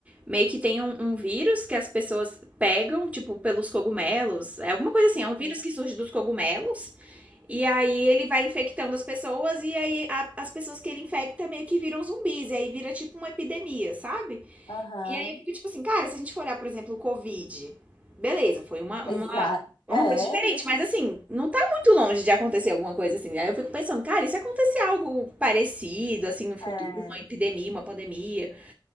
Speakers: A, on the right; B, on the left.
A: meio que tem um, um vírus que as pessoas pegam, tipo, pelos cogumelos. É alguma coisa assim,
B: Hum.
A: é um vírus que surge dos cogumelos. E aí ele vai infectando as pessoas, e aí a- as pessoas que ele infecta meio que viram zumbis. E aí vira tipo uma epidemia, sabe?
B: Aham,
A: E aí eu fico tipo assim, cara, se a gente for olhar, por exemplo, o Covid, beleza, foi uma, uma,
B: Exato.
A: uma
B: É,
A: coisa diferente,
B: mas
A: mas assim, não tá muito longe de acontecer alguma coisa assim. Aí eu fico pensando, cara, e se acontecer algo parecido, assim, no futuro,
B: é.
A: uma epidemia, uma pandemia?